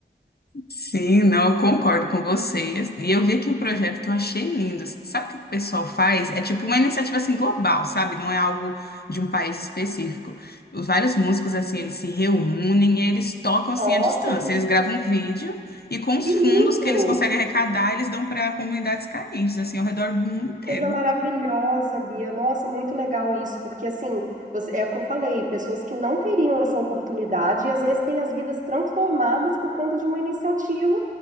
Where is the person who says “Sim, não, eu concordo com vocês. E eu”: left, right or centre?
Left